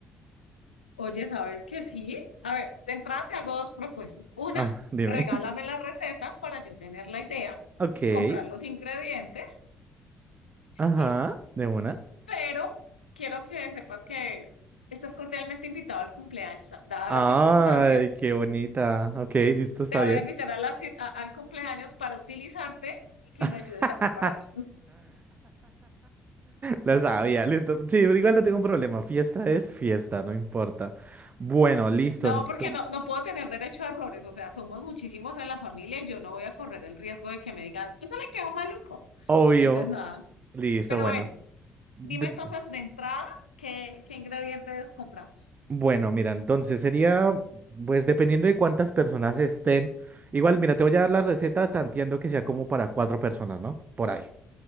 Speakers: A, on the left (about 85°); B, on the right (about 35°).
A: Oye, ¿sabes qué sí? A ver, de entrada te hago dos propuestas. Una,
B: Ah, dime.
A: regálame la receta para yo tener la idea,
B: <laughs> Ok.
A: comprar los ingredientes, sí,
B: Ajá, de una.
A: pero quiero que sepas que estás cordialmente invitado al cumpleaños. O sea, dada
B: Ay,
A: la circunstancia,
B: qué bonita. Ok, listo, está
A: te
B: bien.
A: voy a invitar a la cir- a- al cumpleaños para utilizarte y que
B: <laughs>
A: me ayudes a prepararlo.
B: Lo sabía, listo. Sí, igual no tengo un problema. Fiesta es fiesta, no importa. Bueno, listo.
A: No,
B: enton-
A: porque no, no puedo tener derecho a errores, o sea, somos muchísimos en la familia y yo no voy a correr el riesgo de que me digan, eso le quedó maluco.
B: Obvio.
A: Entonces, nada,
B: Listo,
A: pero
B: bueno.
A: bueno,
B: De-
A: dime entonces de entrada qué, qué ingredientes compramos.
B: Bueno, mira, entonces sería, pues dependiendo de cuántas personas estén. Igual, mira, te voy a dar la receta tanteando que sea como para cuatro personas, ¿no? Por ahí.